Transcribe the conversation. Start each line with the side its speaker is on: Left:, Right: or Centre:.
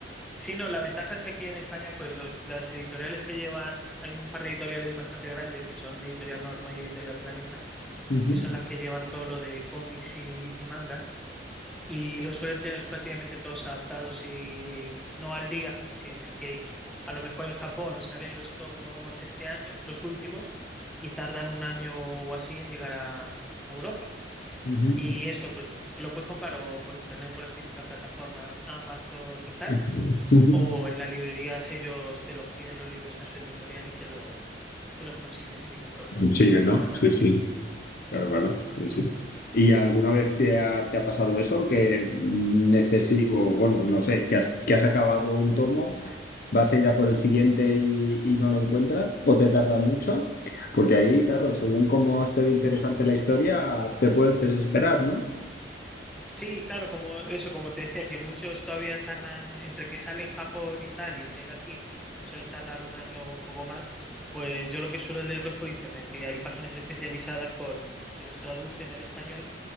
Centre: Sí, no, la ventaja es que aquí en España, pues los- las editoriales que llevan, hay un par de editoriales bastante grandes que son Editorial Norma y Editorial Planeta,
Left: Ujú,
Centre: que son las que llevan todo lo de cómics y, y mangas, y los suelen tener prácticamente todos adaptados y no al día, porque sí que a lo mejor en Japón salen los tomos este año, los últimos, y tardan un año o así en llegar a, a Europa.
Left: ujú.
Centre: Y eso, pues lo puedes comprar o por internet, por las típicas plataformas Amazon y tal
Left: Ujú.
Centre: o en las librerías ellos te los piden los libros a su editorial y te, lo, te los consiguen sin ningún problema. o
Left: Sigue,
Centre: sea,
Left: ¿no?
Centre: son bastante
Left: Sí,
Centre: asequibles.
Left: sí. Claro, claro, sí, sí. ¿Y alguna vez te ha, te ha pasado eso? Que necesito, bueno, no sé, que has, que has acabado un tomo, vas a ir a por el siguiente y, y no lo encuentras, o te tarda mucho, porque ahí, claro, según cómo esté de interesante la historia, te puedes desesperar, ¿no?
Centre: Sí, claro, como eso, como te decía, que muchos todavía tardan, entre que sale en Japón y tal y llega aquí, suelen tardar un año o un poco más, pues yo lo que suelo es leerlos por internet, que hay páginas especializadas con que los traducen al español